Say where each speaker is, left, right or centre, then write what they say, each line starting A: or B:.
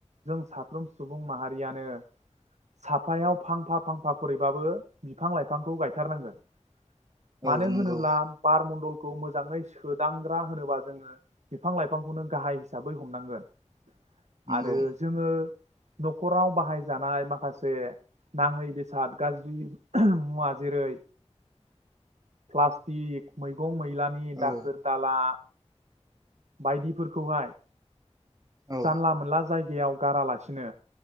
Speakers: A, on the right; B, on the right.
A: जों साफ्रोम सुबुं माहारियानो साफायाव फांफा फांफा खरैबाबो बिफां लाइफांखौ गायथारनांगोन। मानो
B: औ नंगौ
A: होनोब्ला बारमडल खौ मोजाङै सो दांग्रा होनोबा जोङो बिफां लाइफांखौनो गाहाइ हिसाबै हमनांगोन
B: नंगौ
A: आरो जोङो नखराव बाहायजानाय माखासे नाङै बेसाद गाज्रि मुवा जेरै प्लास्टिक मैगं मै लानि दा
B: औ
A: खोर दाला बायदि फोरखौहाय।
B: औ
A: जानला मोनला जायगा बेयाव गारालासिनो